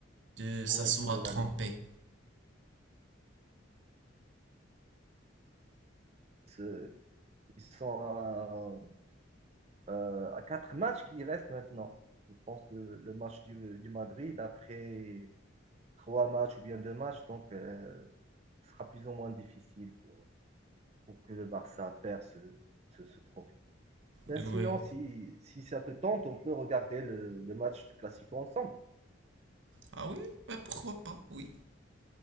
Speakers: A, on the right; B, on the right.
A: euh, de s'asseoir
B: Oui, de la
A: trompée.
B: Ligue. C'est- Ils sont à, euh, à quatre matchs qui restent maintenant. Je pense le, le match du, du Madrid, après trois matchs ou bien deux matchs, donc euh, ce sera plus ou moins difficile pour, pour que le Barça perde ce, ce, ce trophée. Ben
A: Oui.
B: sinon, si, si ça te tente, on peut regarder le, le match classique ensemble.
A: Ah oui, bah pourquoi pas, oui.